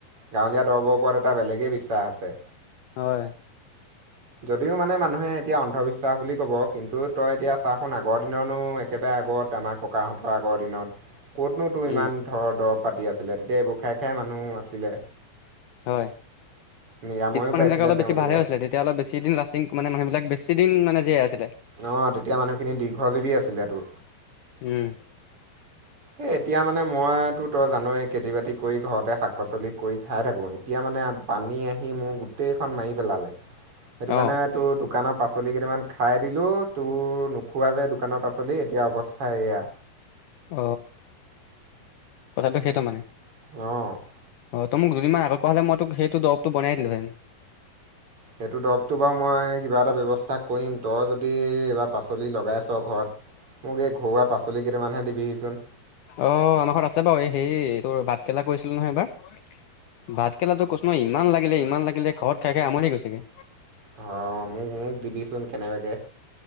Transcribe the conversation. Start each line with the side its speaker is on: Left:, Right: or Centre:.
Right: গাঁৱলীয়া দৰৱবৰ ওপৰত এটা বেলেগেই বিশ্বাস আছে
Left: হয়
Right: যদিও মানে মানুহে এতিয়া অন্ধবিশ্বাস বুলি ক'ব কিন্তু তই এতিয়া চাচোন আগৰ দিনো একেবাৰে আগত আমাৰ ককাহঁতৰ আগৰ দিনত ক'তনোতো ইমান
Left: উম
Right: ঘৰ দৰৱ পাতি আছিলে তেতিয়া এইবোৰ খাই খাই মানুহ আছিলে
Left: হয়
Right: নিৰাময়ো
Left: সবিলাকে
Right: পাইছিলে
Left: অলপ
Right: তেওঁলোকে
Left: বেছি ভালে হৈছিলে এতিয়া অলপ বেছি দিন লাষ্টিং মানে মানুহবিলাক বেছি দিন জীয়াই আছিলে
Right: অ তেতিয়া মানুহখিনি দীৰ্ঘজীৱী আছিলে তোৰ
Left: ওম
Right: এই এতিয়া মানে মইতো তই জানোৱেই খেতি বাতি কৰি ঘৰতে শাক পাচলি কৰি খাই থাকোঁ এতিয়া মানে পানী আহি মোৰ গোটেইখন মাৰি পেলালে সেইটো
Left: অ
Right: কাৰণে তোৰ দোকানৰ পাচলি কেইটামান খাই দিলো তোৰ নোখোৱা যে দোকানৰ পাচলি এতিয়া অৱস্থা এয়া
Left: অ কথাটো সেইটো মানে
Right: অ
Left: অ ত মোক দুদিনমান আগত ক হলে মই তোক সেইটো দৰৱটো বনাই দিলো হেন
Right: সেইটো দৰৱটো বাৰু মই কিবা এটা ব্যৱস্থা কৰিম তই যদি এইবাৰ পাচলি লগাইছ ঘৰত
Left: <inaudible>
Right: মোক এই ঘৰুৱা পাচলি কেইটামানহে দিবিহিচোন
Left: অ আমাৰ ঘৰত আছে বাৰু এই হেৰি এই তোৰ ভাত কেৰেলা কৰিছিলো নহয় এইবাৰ ভাত কেৰেলাটো কৈচো নহয় ইমান লাগিলে ইমান লাগিলে ঘৰত খাই খাই আমনি গৈছেগে
Right: অ মোক মোক দিবিচোন কেনেবাকে